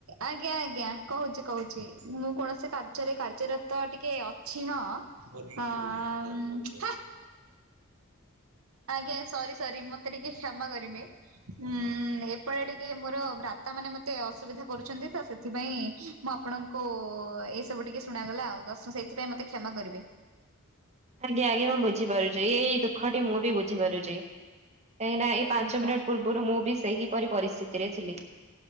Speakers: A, on the right; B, on the right.
A: ଆଜ୍ଞା ଆଜ୍ଞା କହୁଛି କହୁଛି ମୁଁ କୌଣସି କାର୍ଯ୍ୟରେ କାର୍ଯ୍ୟର ତ ଟିକେ ଅଛି ହଁ। ହଁ ଅମ୍ ହେଁ। ଆଜ୍ଞା ସରି ସରି ମତେ ଟିକେ କ୍ଷମା କରିବେ। ହୁଁ ଏପଟେ ଟିକେ ମୋର ଭ୍ରତା ମାନେ ମତେ ଅସୁବିଧା କରୁଛନ୍ତି ତ ସେ ସେଥିପାଇଁ ମୁଁ ଆପଣଙ୍କୁ ଏଇ ସବୁ ଟିକେ ଶୁଣାଗଲା ଆଉ ଦ ସେଇଥିପାଇଁ ମତେ କ୍ଷମା କରିବେ।
B: ଆଜ୍ଞା ଆଜ୍ଞା ମୁଁ ବୁଝିପାରୁଛି ଏଇ ଦୁଃଖ ଟି ମୁଁ ବି ବୁଝି ପାରୁଛି। କାଇଁକି ନାଁ ଏଇ ପାଞ୍ଚ
A: ଆଜ୍ଞା
B: ମିନିଟ୍ ପୂର୍ବରୁ ମୁଁ ବି ସେହିପରି ପରିସ୍ଥିତିରେ ଥିଲି।